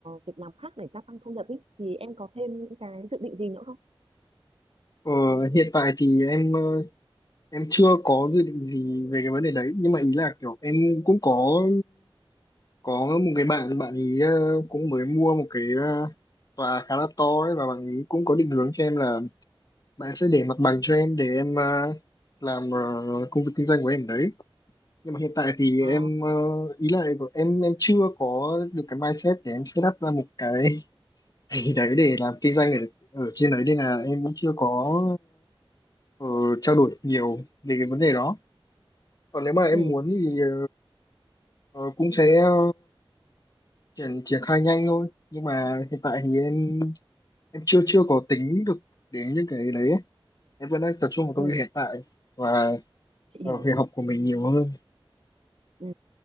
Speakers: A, on the right (about 80°); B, on the left (about 40°).
A: việc làm khác để gia tăng thu nhập ý. Thì em có thêm những cái dự định gì nữa không?
B: ờ, hiện tại thì em ờ, em chưa có dự định gì về cái vấn đề đấy nhưng mà ý là kiểu em cũng có có một cái bạn bạn ý ờ, cũng mới mua một cái ờ, tòa khá là to ấy và bạn ý cũng có định hướng cho em là bạn sẽ để mặt bằng cho em để em ờ, làm ờ, công việc kinh doanh của em đấy nhưng mà hiện tại thì
A: À,
B: em ờ, ý là em em chưa có được cái mindset để em set up ra một cái <laughs> gì đấy để làm kinh doanh ở ở trên đấy nên là em cũng chưa có ờ, trao đổi nhiều về cái vấn đề đó còn nếu mà em
A: ừ,
B: muốn thì ờ, ờ, cũng sẽ ờ, triển triển khai nhanh thôi nhưng mà hiện tại thì em em chưa chưa có tính được đến những cái đấy ấy. em vẫn đang tập trung vào công
A: ừ,
B: việc hiện tại và
A: chị
B: vào
A: hiểu
B: việc
A: rồi.
B: học của mình nhiều hơn
A: Ừ.